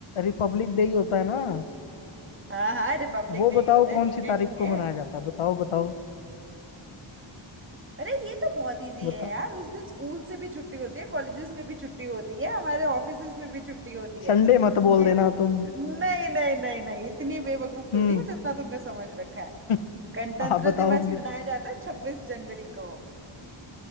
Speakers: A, on the left (about 90°); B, on the right (about 25°).
A: रिपब्लिक डे ही होता है ना
B: हाँ हाँ रिपब्लिक
A: वो
B: डे
A: बताओ
B: ही होता है
A: कौन
B: ठीक
A: सी
B: है
A: तारीख
B: ठीक
A: को
B: है
A: मनाया जाता है बताओ बताओ
B: अरे ये तो बहुत इजी
A: बताओ
B: है यार उस दिन स्कूल से भी छुट्टी होती है कॉलेजेस में भी छुट्टी होती है हमारे ऑफिसेज में भी छुट्टी होती है
A: संडे मत बोल
B: ये
A: देना तुम
B: नहीं नहीं नहीं नहीं इतनी बेवकूफ थोड़ी
A: हम्म
B: हो जितना तुमने समझ रखा है
A: <laughs>
B: गणतंत्र
A: आप बताओ
B: दिवस
A: फिर
B: मनाया जाता है छब्बीस जनवरी को